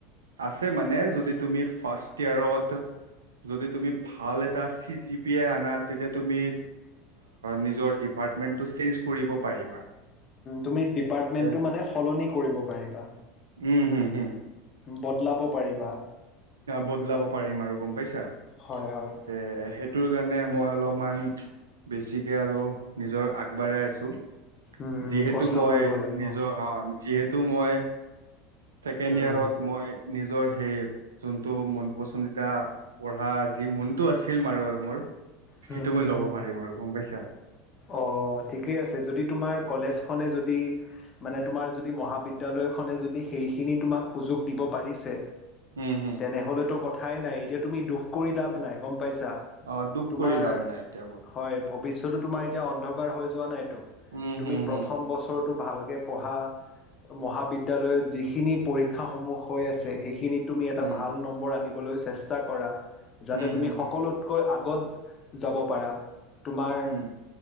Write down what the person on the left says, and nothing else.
তুমি ডিপাৰ্টমেণ্টটো
মানে সলনি কৰিব পাৰিবা।
বদলাব পাৰিবা।
হয়, হয়।
উম,
কষ্ট
কৰিব লাগিব।
উম,
হুম,
হুম,
হুম।
অ', ঠিকেই আছে যদি তোমাৰ কলেজখনে যদি মানে তোমাৰ যদি মহাবিদ্যালয়খনে যদি সেইখিনি তোমাক সুযোগ দিব পাৰিছে
তেনেহলেতো কথাই নাই এতিয়া তুমি দুখ কৰি লাভ নাই গম পাইছা
তোমাৰ
হয় ভৱিষ্যতো তোমাৰ এতিয়া অন্ধকাৰ হৈ যোৱা নাইতটো
তুমি
প্ৰথম
বছৰটো ভালকে পঢ়া মহাবিদ্যালয়ত যিখিনি পৰীক্ষাসমূহ হৈ আছে সেইখিনিত তুমি এটা
ভাল নম্বৰ আনিবলৈ চেষ্টা কৰা যাতে
তুমি
সকলতকৈ
কৈ আগত যাব পাৰা তোমাৰ